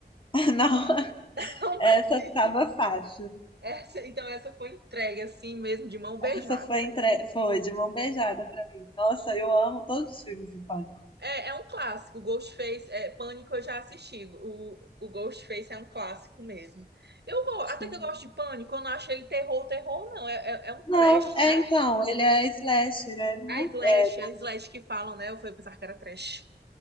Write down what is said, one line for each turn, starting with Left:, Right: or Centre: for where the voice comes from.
Left: <laughs> Não,
Right: <laughs> Não
Left: essa
Right: preciso.
Left: tava fácil.
Right: Essa- então essa foi entregue assim mesmo, de mão beijada.
Left: Essa foi, entre... foi de mão beijada pra mim. Nossa, eu amo todos os filmes do Pânico.
Right: É, é um clássico. Ghostface, é, Pânico eu já assisti. O, o Ghostface é um clássico mesmo. Eu go- até
Left: Sim.
Right: que eu gosto de Pânico, eu não acho ele terror, terror, não. É, é, é um
Left: Não,
Right: trash,
Left: é
Right: né?
Left: então, ele é slasher, é, não
Right: A
Left: é,
Right: slash,
Left: é-
Right: a slash que falam, né? Eu fui pensar que era trash.